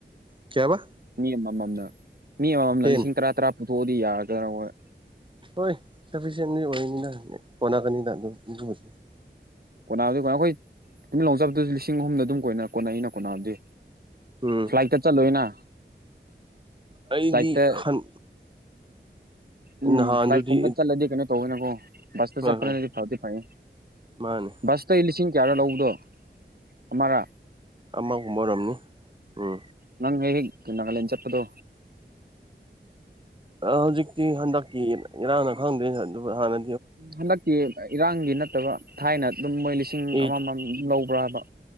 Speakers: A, on the right (about 25°); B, on the right (about 55°).
A: ꯀꯌꯥꯕ
B: ꯃꯤ ꯑꯃꯃꯝꯅ ꯃꯤ ꯑꯃꯃꯝꯅ
A: ꯇꯦꯟ
B: ꯂꯤꯁꯤꯡ ꯇꯔꯥ ꯇꯔꯥ ꯄꯨꯊꯣꯛꯑꯗꯤ ꯌꯥꯒꯗ꯭ꯔꯥ ꯍꯣꯏ
A: ꯍꯣꯏ ꯁꯐꯤꯁꯦꯟꯂꯤ ꯑꯣꯏꯅꯤꯅ ꯍꯣꯠꯅꯀꯅꯤꯗ ꯑꯗꯨ
B: ꯀꯣꯅꯥꯕꯨꯗꯤ ꯀꯅ ꯑꯩꯈꯣꯏ ꯇꯨꯃꯤꯜ ꯂꯧꯖꯕꯗꯨꯁꯨ ꯂꯤꯁꯤꯡ ꯑꯍꯨꯝꯗ ꯑꯗꯨꯝ ꯀꯣꯏꯅ ꯀꯣꯟꯅ ꯑꯩꯅ ꯀꯣꯅꯥꯕꯨꯗꯤ
A: ꯎꯝ
B: ꯐ꯭ꯂꯥꯏꯠꯇ ꯆꯠꯂꯣꯏꯅ
A: ꯑꯩꯗꯤ
B: ꯐ꯭ꯂꯥꯏꯠꯇ
A: ꯍꯟ
B: ꯎꯝ
A: ꯅꯍꯥꯟꯗꯨꯗꯤ
B: ꯐ꯭ꯂꯥꯏꯛꯀꯨꯝꯃꯦꯕ ꯆꯂꯦꯗꯤ ꯀꯅ ꯀꯧꯅ ꯀꯣ ꯕꯁꯇ
A: ꯍꯣꯏ
B: ꯆꯠꯄꯅꯗꯤ
A: ꯍꯣꯏ
B: ꯐꯥꯗꯤ ꯐꯅꯤ
A: ꯃꯥꯅꯦ
B: ꯕꯁ ꯑꯇꯩ ꯂꯤꯁꯤꯡ ꯀꯌꯥꯔ ꯂꯧꯕꯗꯣ ꯑꯃꯔꯥ
A: ꯑꯥ ꯃꯨꯝꯕꯔꯝꯅꯤ ꯎꯝ
B: ꯅꯪ ꯍꯦ ꯍꯦꯛ ꯒ ꯅꯒꯥꯂꯦꯟ ꯆꯠꯄꯗꯣ
A: ꯍꯧꯖꯤꯛꯇꯤ ꯍꯟꯗꯛꯀꯤ ꯏꯔꯥꯡꯅ ꯈꯪꯗꯦ ꯑꯗꯨ ꯍꯥꯟꯅ
B: ꯍꯟꯗꯛꯀꯤ ꯏꯔꯥꯡꯒꯤ ꯅꯠꯇꯕ ꯊꯥꯏꯅ ꯑꯗꯨꯝ ꯃꯣꯏ ꯂꯤꯁꯤꯡ ꯂꯤꯁꯤꯡ
A: ꯑꯩꯠ
B: ꯑꯃꯃꯝ ꯂꯧꯕ꯭ꯔꯥ ꯍꯥꯏꯕ